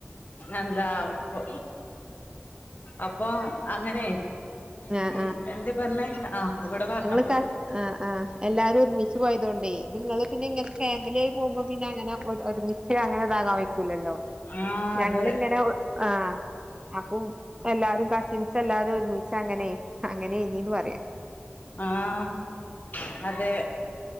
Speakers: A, on the left (about 45°); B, on the right (about 20°).
A: എന്താ പോ അപ്പൊ അങ്ങനെ
B: ആഹ്
A: എന്ന് എന്തേ പറഞ്ഞെ ആഹ് ഇവടെ പറഞ്ഞ
B: ക്കാസ് ആഹ് ആഹ് എല്ലാരും ഒരുമി ച്ച് പോയതൊണ്ടേ നിങ്ങള് പിന്നെ ഇങ്ങനെ ഫാമിലിയായി പോകുമ്പോ പിന്നെ അങ്ങനെ ഒരു ഒരുമിച്ച് അങ്ങനെതാകാൻ വയ്ക്കൂല്ലല്ലോ
A: ആഹ്
B: ഞങ്ങളിങ്ങനെ
A: അതെ
B: ആഹ് അപ്പോ എല്ലാരും കസിൻസ് എല്ലാരും ഒരുമിച്ചങ്ങനെ അങ്ങനെയ്ന്നീന്ന് പറയാ
A: ആഹ് അതെ